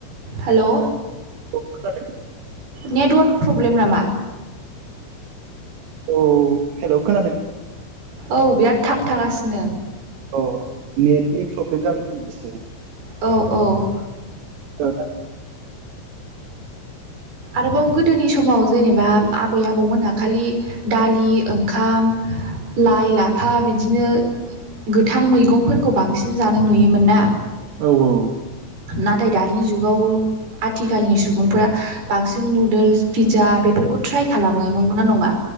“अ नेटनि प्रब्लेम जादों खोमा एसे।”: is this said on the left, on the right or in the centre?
Right